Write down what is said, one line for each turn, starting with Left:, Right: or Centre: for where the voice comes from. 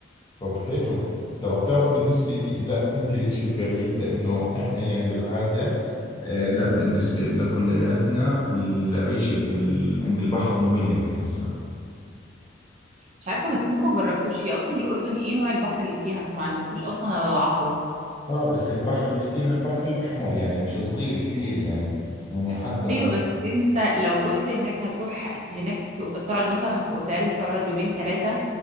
Left: طب حلو ترى بتعرفي بالنسبة لي لا أنت الإشي الغريب لأنه إحنا يعني بالعادة آه لا بالنسبة لنا كلياتنا العيشة في ال... عند البحر مملة من هسه
Right: مش عارفة بس انتوا ما جربتوش هي اصلا الاردن ايه نوع البحر اللي فيها انتوا ما عندكوش اصلا على العقبة
Left: آه بس البحر اللي فيها البحر الأحمر يعني مش صغير كبير يعني يعني حتى ما,
Right: ايوه بس انت لو رحت هناك هتروح هناك ت- تقعد مثلا في اوتيل تقعد يومين ثلاثه